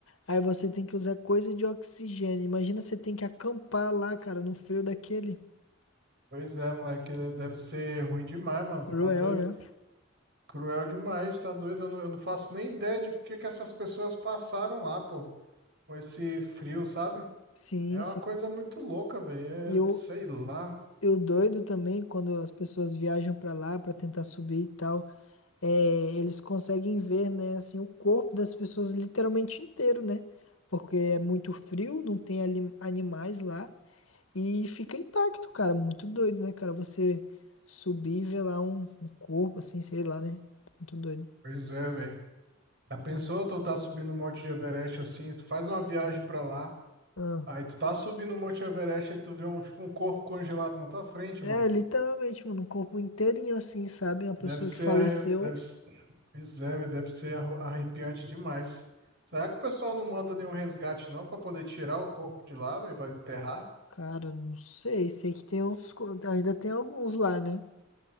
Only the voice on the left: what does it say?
Aí você tem que usar coisa de oxigênio. Imagina você tem que acampar lá, cara, no frio daquele.
Cruel,
né?
Sim,
sim.
E eu,
eu doido também quando as pessoas viajam pra lá pra tentar subir e tal, é, eles conseguem ver, né, assim, o corpo das pessoas literalmente inteiro, né? Porque é muito frio, não tem ali- animais lá. E fica intacto, cara. Muito doido, né, cara? Você subir e ver lá um, um corpo, assim, sei lá, né? Muito doido.
Ah.
É,
literalmente, mano, um corpo inteirinho, assim, sabe? Uma pessoa
que faleceu.
Cara, não sei. Sei que tem uns. co- Ainda tem alguns lá, né?